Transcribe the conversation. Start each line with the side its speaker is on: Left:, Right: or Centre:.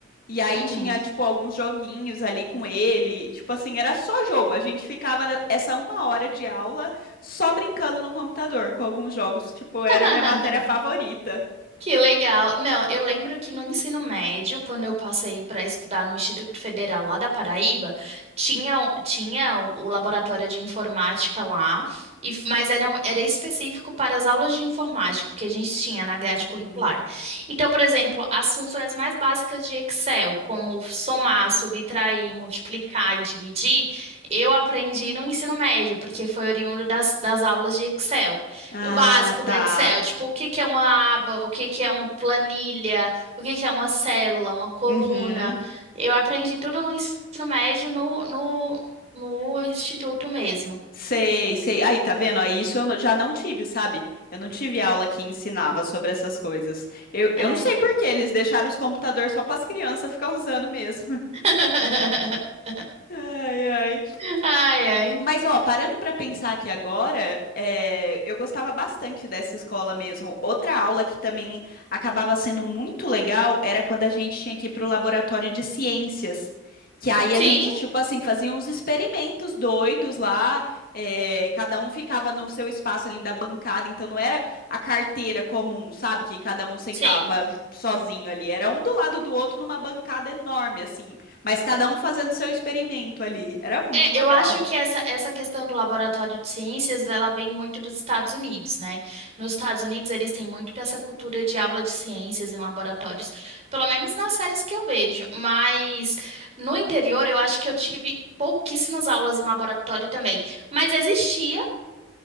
Left: E aí
Right: Uhum.
Left: tinha, tipo, alguns joguinhos ali com ele. Tipo assim, era só jogo. A gente ficava ne- essa uma hora de aula só brincando no computador com alguns jogos. Tipo, era
Right: <laughs>
Left: minha matéria favorita.
Right: Que legal. Não, eu lembro que no ensino médio, quando eu passei para estudar no Instituto Federal lá da Paraíba, tinha, o- tinha o o laboratório de informática lá, e, f- mas era, um- era específico para as aulas de informática que a gente tinha na grade
Left: Uhum.
Right: curricular. Então, por exemplo, as funções mais básicas de Excel, como somar, subtrair, multiplicar e dividir, eu aprendi no ensino médio, porque foi oriundo das, das aulas de Excel.
Left: Ah,
Right: O básico do
Left: tá.
Right: Excel, tipo, o que que é uma aba, o que que é uma planilha, o que que é uma célula, uma coluna.
Left: Uhum.
Right: Eu aprendi tudo no ensino médio, no, no, no instituto mesmo.
Left: Sei, sei. Aí, tá vendo? Aí isso eu não- já não tive, sabe? Eu não tive aula que ensinava sobre essas coisas. Eu, eu
Right: É.
Left: não sei por que eles deixaram os computadores só para as crianças ficar usando mesmo.
Right: <laughs>
Left: <laughs> Ai, ai.
Right: Ai, ai.
Left: Mas, ó, parando para pensar aqui agora, é, eu gostava bastante dessa escola mesmo. Outra aula que também acabava sendo muito legal era quando a gente tinha que ir para o laboratório de ciências. Que aí
Right: Sim,
Left: a gente, tipo assim, fazia uns experimentos doidos lá, é, cada um ficava no seu espaço ali da bancada, então não era a carteira comum, sabe? Que cada um sentava
Right: sim.
Left: sozinho ali, era um do lado do outro numa bancada enorme, assim, mas cada um fazendo seu experimento ali. Era muito
Right: É,
Left: legal.
Right: eu acho que essa, essa questão do laboratório de ciências, ela vem muito dos Estados Unidos, né? Nos Estados Unidos, eles têm muito essa cultura de aula de ciências em laboratórios, pelo menos nas séries que eu vejo. Mas no interior, eu acho que eu tive pouquíssimas aulas em laboratório também. Mas existia